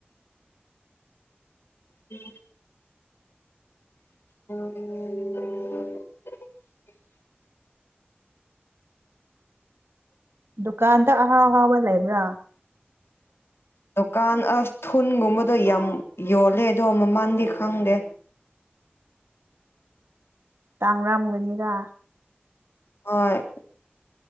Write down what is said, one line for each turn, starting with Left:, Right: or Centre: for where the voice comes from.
Left: ꯎꯝ ꯎꯝ <unintelligible>
Right: ꯗꯨꯀꯥꯟꯗ ꯑꯍꯥꯎ ꯑꯍꯥꯎꯕ ꯂꯩꯕ꯭ꯔꯥ꯫
Left: ꯗꯨꯀꯥꯟ ꯑꯁ ꯊꯨꯟꯒꯨꯝꯕꯗꯣ ꯌꯥꯝ ꯌꯣꯜꯂꯦ ꯑꯗꯣ ꯃꯃꯜꯗꯤ ꯈꯪꯗꯦ꯫
Right: ꯇꯥꯡꯔꯝꯒꯅꯤꯔ
Left: ꯍꯣꯏ